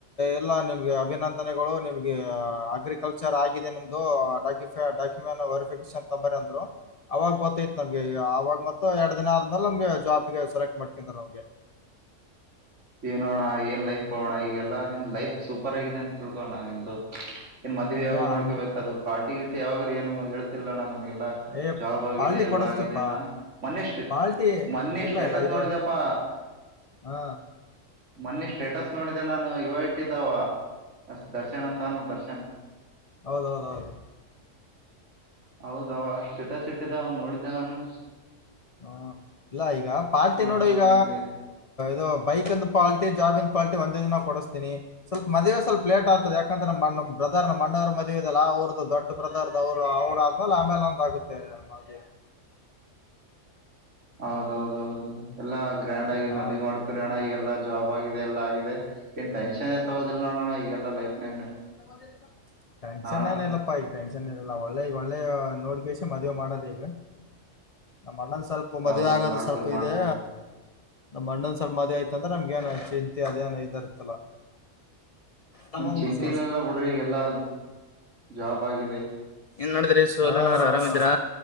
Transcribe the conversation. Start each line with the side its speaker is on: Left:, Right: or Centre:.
Left: ಎಲ್ಲಾ ನಿಮ್ಗೆ ಅಭಿನಂದನೆಗಳು ನಿಮ್ಗೆ ಅಗ್ರಿಕಲ್ಚರ್ ಆಗಿದೆ ನಿಮ್ದುಕ ಾಕ್ಯುಮ ವೆರಿಫಿಕೇಶನ್ ತಂಬ ಅಂದ್ರು ಅವಾಗ ಗೊತ್ತೈತ್ ನಮ್ಗೆ ಅವಾಗ ಮತ್ತ ಎರಡ್ ದಿನ ಆದ್ಮೇಲೆ ನಮ್ಗೆ ಜಾಬ್ಗೆ ಸೆಲೆಕ್ಟ್ ಮಾಡ್ಕ್ರ ನಮ್ಗೆ
Right: ನೋಣ ಏನ್ ಲೈಫ್ ಹೋಗೋಣ ಈಗೆಲ್ಲಾ ನಿಮ್ದ್ ಲೈಫ್ ಸೂಪರ್ ಆಗಿದೆ ಅಂತ ತಿಳ್ಕೋಣ ನಿಮ್ದು ಏನ್ ಮದ್ವಿ
Left: ಏ
Right: ಯಾವಾಗ ಮಾಡ್ಕೊಬೇಕ
Left: ಹಂಗ್-
Right: ಅದು ಪಾರ್ಟಿ ಗಿಟ್ಟ ಯಾವಾಗ್ ಏನು ಹೇಳ್ತಿಲ್ಲ ನಾನ ಲ್ಲ
Left: ಏ
Right: ಜಾಬ್ ಆಗಿದೆ
Left: ಪಾಲ್ಟಿ
Right: ಎಲ್ಲ
Left: ಕೊಡಿಸ್ತೀಪ
Right: ಆಗಿದೆ ನಾನ್ ಮೊನ್ನಿ್ಟ
Left: ಪಾಲ್ಟಿ
Right: ಮೊನ್ನಿ
Left: ಇಲ್ಲ
Right: ಸ್ಟೇಟಸ್
Left: ಇಲ್ಲ ಇದು
Right: ನೋಡಿದಪ್ಪ ಹ
Left: ಹಾ
Right: ಮೊನ್ನಿ ಸ್ಟೇಟಸ್ ನೋಡಿದೆೆ ನಾನು ಯ ಐಟ ಇದ್ದಾವ ಅ ದರ್ಶನ್ ಅಂತ ಅಾನ ದರ್ಶನ್
Left: ಹೌದೌದ ಹೌದು
Right: ಹೌದ ಅವ ಸಿಟಸ್ ಇಟ್ಟಿದ ಅವನ್ ನೋಡಿದ್ದೆ ನಾನು
Left: ಹ ಇಲ್ಲ ಈಗ ಪಾರತಿ
Right: ಆ,
Left: ನೋಡು ಈಗ
Right: ಏ-
Left: ದು ಬೈಕ್ಂದ ಪಾಲ್ಿ ಜಾಬಂದ ಪಾಲ್ಟಿ ಒಂದ ನಾ ಕೊಡಿಸ್ತಿನಿ ಸ್ವಲ್ ಮದೇ ಸ್ವಲ್ಪ ಲೇಟ್ ಆಗ್ತದೆ ಯಾಕಂದ್ರೆ ಪ್ರ್ರದರ್ ನಮ್ಮ ಮಣಾರ ಮಧ್ಯದಲ್ಲಿಲ್ಲ ಆ ಅವ ದೊಡ್ಡ ಪ್ರದರ್ದವ್ರು ಅವ್ರಾದ್ಮೇಲೆ ಆಮೇಲೆ ಒಂತ ಆಗುತ್ತೆ ನೆ
Right: ಹೌದೌದೌದು ಎಲ್ಲಾ ಗ್ರ್ಯಾಂಡ್ ಆಗಿ
Left: ಹಾ
Right: ಮದ್ಿಗೆ ಮಾಡ್ಕೊರಿೋಣ ಈಗ ಎಲ್ಲಾ ಜಾಬ್ ಆಗಿದೆ ಎಲ್ಲ ಆಗಿದೆ ಏನ್ ಟೆನ್ ತಗೋದಿಲ್ಲ ನೋಡೋಣ ಈಗೆಲ್ಲಾ ಲೈಫ್ ನಾಗ ನೀವು
Left: ದ ಟೆನ್ಷನ್
Right: ಹಾ ಅಣ್ಣ
Left: ಏನ ಇಲ್ಲಪ್ಪಾ ಈಗ ಟೆನ್ಷನ್ ಏ ಇಲ್ಲ ಒಳ್ಳೆಗ ಒಳ್ಳೆ ನೋಡ್ಗಷ್ಟ ಮದ್ೆ ಮಾಡೋದ ಈಗ ನಮ್ಮ ಅಣ್ಣನ್ ಸ್ವಲ್ಪ ಮದ್ುವೆ
Right: ಹೌದೌದು
Left: ಆಗದು
Right: ಮಾಡ್ಕೊರಿ
Left: ಸ್ವಲ್ಪ
Right: ಮಾಡ್ಕೊರಿ
Left: ಇದೆ ನಮ್ ಅಣ್ಣೊಂದ್ ಸ್ವಲ್ಪ ಮದೆ ಆಯತ ಅಂದ್ರೆ ನಮ್ಗೇಏನ ಚಿಂತ ಅದೇಏ ಇದ ಇತ್ತಲ್ಲ ತಮ
Right: ನಿಮ್ ಚಿಂತೆ
Left: ಮಸಮ
Right: ಏನಿಲ್ಲ ಬಿಡ್ರಿ ಎಲ್ಲ ಜಾಬ್ ಆಗಿದೆ
Left: ಏನ್ ನೋಡಿದ್ರಿ ಸೋಲ ಆರಾಮ್ಿದಿರಾ